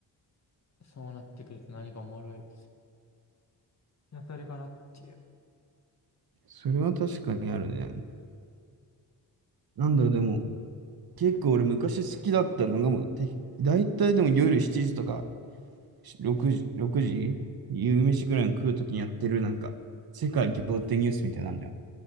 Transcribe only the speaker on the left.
そうなってくると何かおもろい。やされかなっていう。